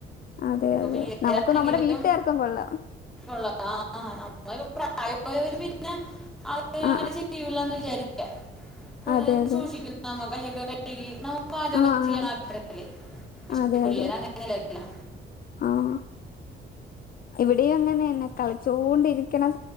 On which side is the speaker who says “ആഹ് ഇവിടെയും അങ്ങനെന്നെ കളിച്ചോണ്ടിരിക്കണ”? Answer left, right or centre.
Left